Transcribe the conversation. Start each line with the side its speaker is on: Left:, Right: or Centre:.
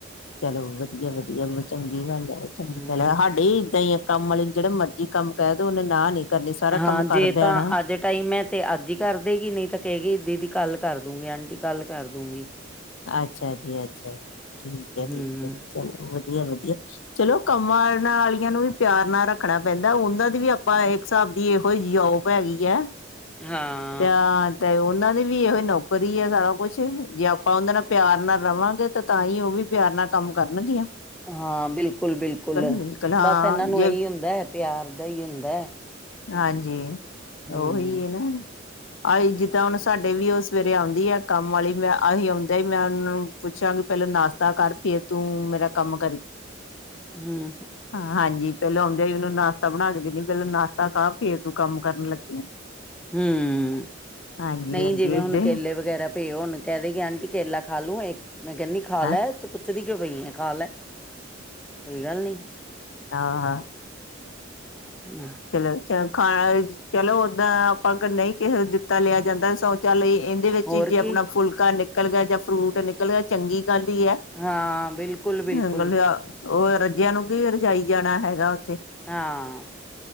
Left: ਚਲੋ ਵੱਧੀਆ -ਵੱਧੀਆ ਚੰਗੀ ਗੱਲ ਐ, ਚੰਗੀ
Centre: ਹੂੰ,
Left: ਗੱਲ ਆ ਸਾਡੇ ਵੀ ਏਦਾ ਈ ਆ ਕੰਮ ਵਾਲੀ ਨੂੰ ਜੇੜਾ ਮਰਜੀ ਕੰਮ ਕੈ ਦਿਓ ਓਨੇ ਨਾ ਨੀ ਕਰਨੀ, ਸਾਰਾ
Centre: ਹਾਂ
Left: ਕੰਮ
Centre: ਜੇ
Left: ਕਰ-ਦੇਣਾ
Centre: ਤਾਂ ਅੱਜ ਟਾਈਮ ਹੈ ਤੇ ਅੱਜ ਈ ਕਰ ਦੇਗੀ, ਨਈ ਤਾ ਕਏਗੀ ਦੀਦੀ ਕੱਲ ਕਰ ਦੂੰਗੀ, ਆਂਟੀ ਕੱਲ ਕਰ ਦੂੰਗੀ।
Left: ਅੱਛਾ ਜੀ- ਅੱਛਾ, ਠੀਕ ਐ
Centre: ਹੂੰ,
Left: -ਠੀਕ ਐ, ਵੱਧੀਆ ਵੱਧੀਆ ਚਲੋ ਕੰਮਾਂ ਵਾਲੀਆਂ ਨੂੰ ਵੀ ਪਿਆਰ ਨਾਲ ਰੱਖਣਾ ਪੈਂਦਾ, ਓਨਾਂ ਦੀ ਵੀ ਆਪਾਂ ਇੱਕ ਹਿਸਾਬ ਦੀ ਇਹੋ ਜਿਹੀ ਆਓ ਹੈਗੀ ਆ
Centre: ਹਾਂ
Left: ਪੇਆਰ ਤੇ ਓਨਾਂ ਦੀ ਵੀ ਇਹੋ ਨੌਕਰੀ ਆ ਸਾਰਾ ਕੁਛ ਜੇ ਆਪਾਂ ਓਨਾਂ ਨਾਲ ਪਿਆਰ ਨਾਲ ਰਵਾਂਗੇ ਤੇ ਤਾਂ ਈ ਓ ਵੀ ਪਿਆਰ ਨਾਲ ਕੰਮ ਕਰਨਗੀਆਂ
Centre: ਹਾਂ ਬਿਲਕੁਲ -ਬਿਲਕੁਲ,
Left: ਬਿਲਕੁਲ ਹਾਂ
Centre: ਬਸ ਏਨਾਂ ਨੂੰ
Left: ਜੇ
Centre: ਏਹੀ ਹੁੰਦਾ ਪਿਆਰ ਦਾ ਈ ਹੁੰਦਾ।
Left: ਹਾਂਜੀ
Centre: ਹੂੰ,
Left: ਓਹੀ ਹਨਾ ਆਹੀ ਜਿੱਦਾਂ ਹੁਣ ਸਾਡੇ ਵੀ ਓ ਸਵੇਰੇ ਆਂਦੀ ਆ ਕੰਮ ਵਾਲੀ, ਮੈਂ ਆਹੀ ਆਉਂਦੇ ਮੈਂ ਓਨੂੰ ਪੁੱਛਾਂਗੀ ਪੇਲਾਂ ਨਾਸ਼ਤਾ ਕਰ ਫਿਰ ਤੂੰ ਮੇਰਾ ਕੰਮ ਕਰੀ
Centre: <unintelligible>
Left: ਹਾਂ ਹਾਂਜੀ, ਪੇਲੇ ਆਉਂਦੇ ਆ ਈ ਓਨੂੰ ਨਾਸ਼ਤਾ ਬਣਾ ਕੇ ਦੇਣੀ, ਪੇਲਾਂ ਨਾਸ਼ਤਾ ਕਰ, ਫੇਰ ਤੂੰ ਕੰਮ ਕਰਨ ਲੱਗੀ
Centre: ਹੁ--ਨਈ
Left: ਹਾਂਜੀ ਹਾਂਜੀ
Centre: ਜਿਵੇਂ
Left: ਏਦਾਂ
Centre: ਹੁਣ
Left: ਹੀ
Centre: ਕੇਲੇ ਵਗੈਰਾ ਪਏ ਹੋਣ ਕੈ ਦੇਗੀ ਆਂਟੀ ਕੇਲਾ ਖਾ ਲੂ ਏਕ, ਮੈਂ ਕਂਦੀ ਖਾ
Left: ਹੈਂ
Centre: ਲੈ ਏਦੇ ਚ ਪੁੱਛਦੀ ਕਿਓ ਪਈ ਐ, ਖਾ ਲੈ ਕੋਈ ਗੱਲ ਨੀ
Left: ਆਹ ਹਾਂ
Centre: <unintelligible>
Left: ਚਲੋ ਖਾਣਾ ਚਲੋ ਓਦਾਂ ਆਪਾਂ ਅਗਰ ਨਹੀਂ ਕਿਸੇ ਦਿੱਤਾ ਲਿਆ ਜਾਂਦਾ ਸ ਚੱਲ ਇਹਦੇ ਵਿੱਚ
Centre: ਹੋਰ
Left: ਹੀ ਜੇ
Centre: ਕੀ
Left: ਅਪਨਾ ਫੁਲਕਾ ਨਿਕਲ ਗਿਆ ਜਾਂ ਫਰੂਟ ਨਿਕਲ ਗਿਆ ਚੰਗੀ ਗੱਲ ਈ ਐ
Centre: ਹਾਂ ਬਿਲਕੁਲ ਬਿਲਕੁਲ
Left: ਮਤਲਬ ਉਹ ਰੱਜਿਆਂ ਨੂੰ ਕੀ ਰਜਾਈ ਜਾਣਾ ਹੈਗਾ ਉੱਥੇ
Centre: ਹਾਂ